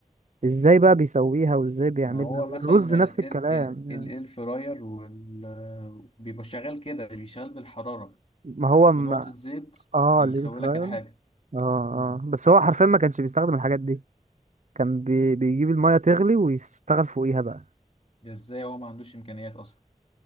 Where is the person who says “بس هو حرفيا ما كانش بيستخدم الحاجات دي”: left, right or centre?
Right